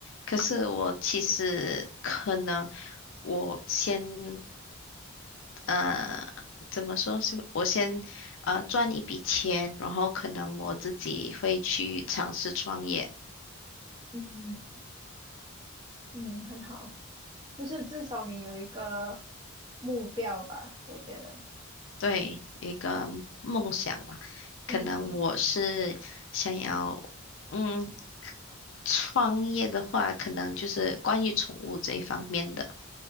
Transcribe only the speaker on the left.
可是我其实可能我先呃，怎么说是我先呃赚一笔钱，然后可能我自己会去尝试创业，
对，一个梦想嘛。可能我是想要，
嗯，创业的话，可能就是关于宠物这一方面的，